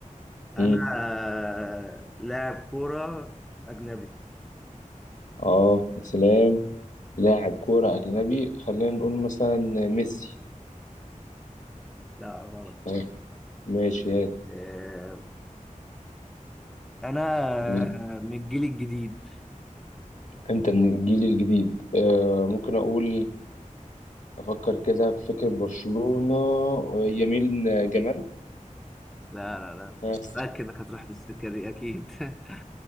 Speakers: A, on the left; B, in the centre.
A: مم.
B: انا آه، لاعب كوره اجنبي
A: اه يا سلام لاعب كورة أجنبي خلينا نقول مثلا ميسي
B: لا غلط
A: آه، ماشي هات
B: آه، انا
A: مم.
B: آه، من الجيل الجديد
A: أنت من الجيل الجديد آه، ممكن أقول أفكر كده في فكرة برشلونة يميل جمال
B: لا لا لا
A: ها
B: متأكد انك هتروح بالسكة دي اكيد <laughs>